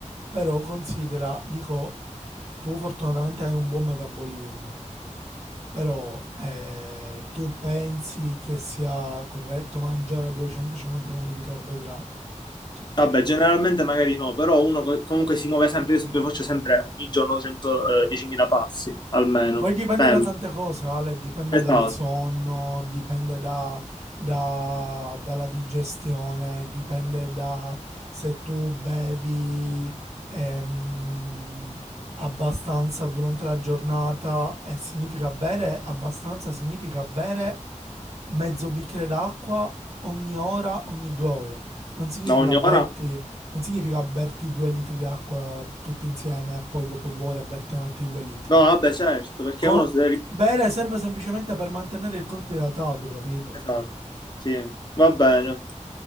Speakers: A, on the right; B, on the left.
A: però considera, dico, tu fortunatamente hai un buon metabolismo, però eh, tu pensi che sia corretto mangiare 250 grammi di carboidrati? Cioè,
B: Vabbè, generalmente magari no, però uno co- comunque si muove sempre, io sempre faccio sempre ogni giorno 100, eh, 10.000 passi, almeno.
A: Poi dipende
B: Sempre.
A: da tante cose, Ale, dipende
B: Esatto.
A: dal sonno, dipende da- da- dalla digestione, dipende da se tu bevi ehm, abbastanza durante la giornata e significa bere abbastanza, significa bere mezzo bicchiere d'acqua ogni ora, ogni due ore. Non significa
B: Da ogni
A: berti,
B: ora?
A: non significa berti due litri d'acqua tutti insieme e poi dopo due ore berti altri due litri.
B: No, vabbè, certo, perché
A: Co-
B: uno si deve...
A: bere serve semplicemente per mantenere il corpo idratato, capito?
B: Esatto, sì, va bene.